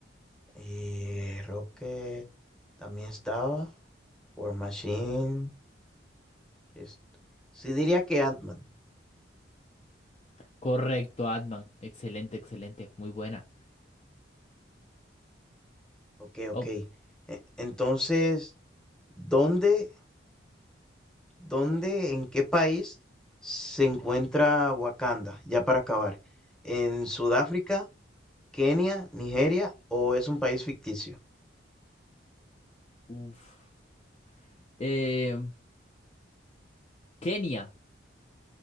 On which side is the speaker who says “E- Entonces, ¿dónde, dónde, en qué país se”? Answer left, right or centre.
Centre